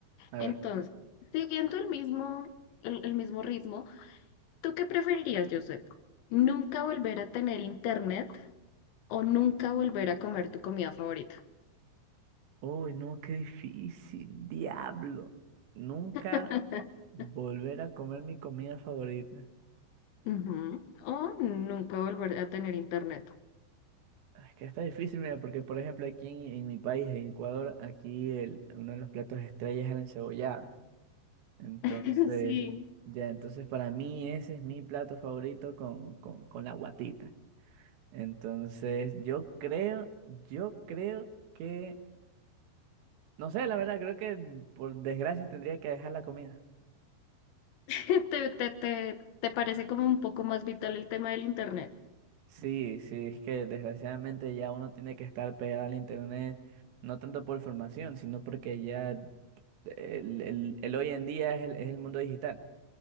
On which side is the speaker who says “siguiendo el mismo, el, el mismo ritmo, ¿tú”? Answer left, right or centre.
Left